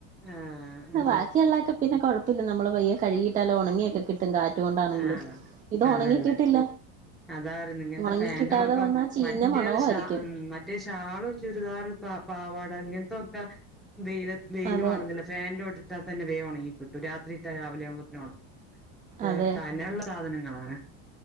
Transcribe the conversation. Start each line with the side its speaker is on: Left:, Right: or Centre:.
Centre: ആഹ്
Right: ബാക്കിയുള്ളൊക്കെ പിന്നെ കൊയ ഇത് നമ്മള് പയ്യെ കഴുകിയിട്ടാലൊ ണങ്ങിയൊക്കെകിട്ടും കാറ്റു കൊ ണ്ടാണെങ്കിലും
Centre: ആഹ്
Right: ഇത്
Centre: അതന്നെ
Right: ഒണങ്ങി കിട്ടില്ല
Centre: അതാ പറ്ന്നെങ്ങൻത്തെ
Right: ഒണങ്ങി
Centre: ഫാന്റാളൊക്കെ
Right: കിട്ടാതെ വന്നാ ചീഞ്ഞ
Centre: മറ്റേത്
Right: മണവുമായിരിക്കും
Centre: ഷഹ് ഉം മറ്റേ ഷാളും ചുരിദാർ പ പാവാട ങ്ങൻത്തൊക്കെ വെയില വെയില്
Right: അതെ
Centre: വണുന്നില്ല ഫെന്റൊട്ടിട്ടാതന്നെ വേ ഒണങ്ങി കിട്ടും രാത്രി ഇട്ട രാവിലെ ആവുമ്പോത്തിന് ഒണങ്ങും പക്ഷേ
Right: അതെ
Centre: കനള്ള സാധനങ്ങളാണ്